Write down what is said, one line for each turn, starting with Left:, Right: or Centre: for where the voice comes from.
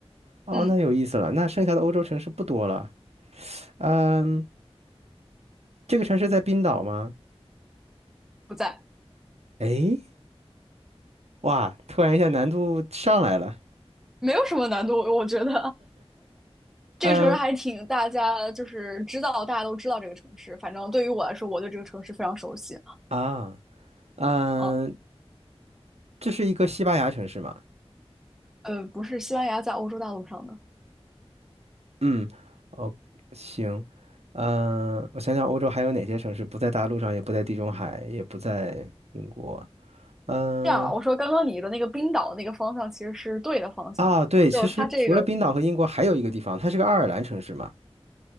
Right: 哦，
Centre: 嗯，
Right: 那有意思了，那剩下的欧洲城市不多了。嗯，这个城市在冰岛吗？
Centre: 不在，
Right: 诶，哇，突然一下难度上来了。
Centre: 没有什么难度，我觉得 <laughs> 这个城市还挺大家就是知道，
Right: 嗯
Centre: 大家都知道这个城市。反正对于我来说，我对这个城市非常熟悉。
Right: 啊，嗯，
Centre: 啊，
Right: 这是一个西班牙城市吗？
Centre: 呃，不是西班牙在欧洲大陆上的。
Right: 嗯，哦，行，嗯、我想想，欧洲还有哪些城市不在大陆上，也不在地中海，也不在英国？嗯、
Centre: 这样吧，我说刚刚你的那个冰岛那个方向其实是对的方向，
Right: 啊，对，
Centre: 就是它这个
Right: 其实除了冰岛和英国，还有一个地方，它是个爱尔兰城市嘛。